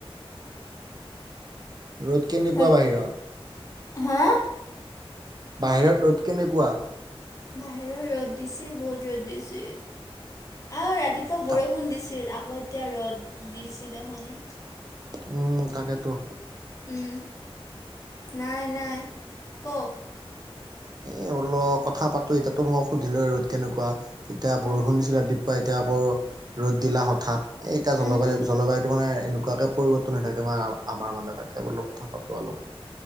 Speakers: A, on the right; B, on the left.
A: ৰ'দ কেনেকুৱা
B: হ'ল
A: বাহিৰত?
B: হা
A: বাহিৰত ৰ'দ কেনেকুৱা?
B: বাহিৰৰ ৰ'দ দিছে বহুত ৰ'দ দিছে, আৰু ৰাতিপ চ
A: তাক
B: বৰষুণ দিছিল, আকৌ এতিয়া ৰ'দ দিচি দেখোন।
A: উম তাকেইতো।
B: উম, নাই নাই ক
A: এ বোলো কথা পাতো, এটা টো মই সুধিলো, ৰ'দ কেনেকুৱা? এতিয়া, বৰষুণ
B: অঁ
A: দিছিলে ৰাতিপুৱা এতিয়া আকৌ ৰ'দ দিলা হঠাৎ, এ এতিয়া জলবায়ু
B: উম
A: জলবায়ুতটো মানে এনেকুৱাকে পৰিৱৰ্তন হৈ থাকে <unintelligible> আমাৰ মানে তাকে বোলো কথা পাতো অলপ।